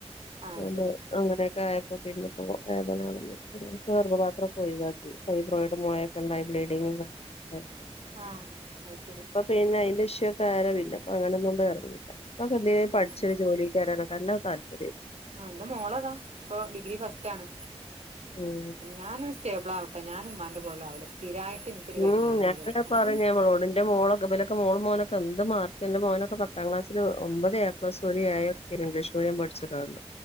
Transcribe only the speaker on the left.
അതോണ്ട്
അങ്ങനെക്കെ ആയപ്പൊ പിന്നെപ്പൊ വേദനകളും വെര്ത്തപ്പൊ ഗർഭപാത്രൊക്കെ ഒയിവാക്കി ഫൈബ്രോയിഡ് മൊഴക്കെണ്ടായി ബ്ലീഡിങ്ങ് <unintelligible>
പിന്നെ അയ്ന്റെ ഇഷ്യൊക്കായാരെ പിന്നെപ്പങ്ങനൊന്നും ഇറങ്ങീല പ്പൊ ക്കെന്തിനേം പഠിച്ച്
ജോലി കേരാനൊക്കെ നല്ല താല്പര്യ
ഉം
ഉം
ഞാന്
പറിഞ്ഞ് ഇവളോട് ന്റെമോളൊക്കെ ബലൊ മോള് മോനൊക്കെ എന്ത് മാർക്ക്ന്റെ മോനൊക്കെ പത്താം ക്ലാസ്സില് ഒമ്പത് എ പ്ലസും ഒര് എ യും ഇംഗ്ലീഷ് മീഡിയം പഠിച്ച്കാണ്ട്